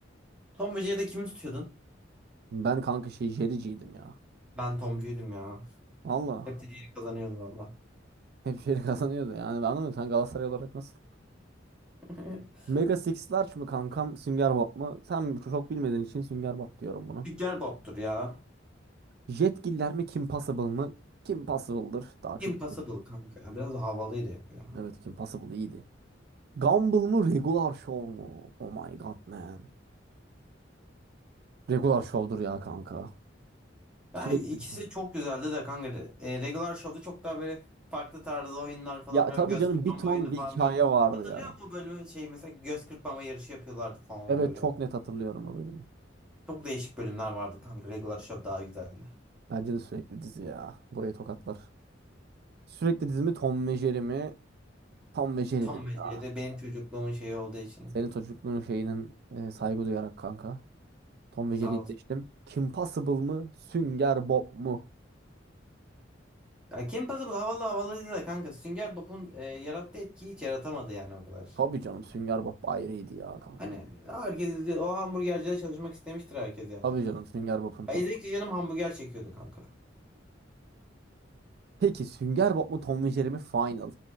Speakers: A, in the centre; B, on the right.
A: Tom ve Jerry'de kimi tutuyordun?
B: Ben kanka şey Jerry'ciydim ya.
A: Ben Tomcuydum ya.
B: Valla.
A: Hep de Jerry kazanıyordu valla.
B: Hep Jerry kazanıyordu. Yani ben anlamıyorum. Sen Galatasaray olarak nasıl?
A: <laughs>
B: Mega Six Large mı kankam? Sünger Bob mu? Sen çok bilmediğin için Sünger Bob diyorum bunu
A: Sünger Bob'tur ya.
B: Jetgiller mi? Kim Possible mı? Kim Possible'dır. Daha çok
A: Kim
B: izledim.
A: Possible kanka ya. Biraz da havalıydı hep ya.
B: Evet Kim Possible iyiydi. Gumball mı Regular Show mu? Oh my god man. Regular Show'dur ya kanka. Sürekli.
A: Ya ikisi
B: dizi.
A: çok güzeldi de kanka. E, Regular Show'da çok daha böyle farklı tarzda oyunlar falan
B: Ya
A: böyle
B: tabii
A: göz
B: canım
A: kırpma
B: bir ton
A: oyunu
B: bir
A: falan
B: hikaye
A: böyle.
B: vardı
A: Hatırlıyor
B: ya.
A: musun bölümü şey mesela göz kırpma yarışı yapıyorlardı falan
B: Evet
A: böyle.
B: çok net hatırlıyorum o bölümü.
A: Çok değişik bölümler vardı kanka. Regular Show daha güzeldi.
B: Bence de sürekli dizi ya. Burayı tokatlar. Sürekli dizi mi Tom ve Jerry mi? Tom ve Jerry'dir
A: Tom ve
B: ya.
A: Jerry benim çocukluğumun şeyi olduğu için.
B: Senin çocukluğun şeyinin e, saygı duyarak kanka. Tom ve
A: Sağ
B: Jerry'yi
A: ol.
B: seçtim. Kim Possible mı? Sünger Bob mu?
A: Ya Kim Possible havalı havalıydı da kanka Sünger Bob'un e, yarattığı etkiyi hiç yaratamadı yani o kadar.
B: Tabii canım Sünger Bob ayrıydı ya kanka.
A: Hani herkes diyor o hamburgercide çalışmak istemiştir herkes yani.
B: Tabii canım Sünger Bob'un tadı.
A: Ya İzledikçe canım hamburger çekiyordu kanka.
B: Peki Sünger Bob mu Tom ve Jerry mi Final?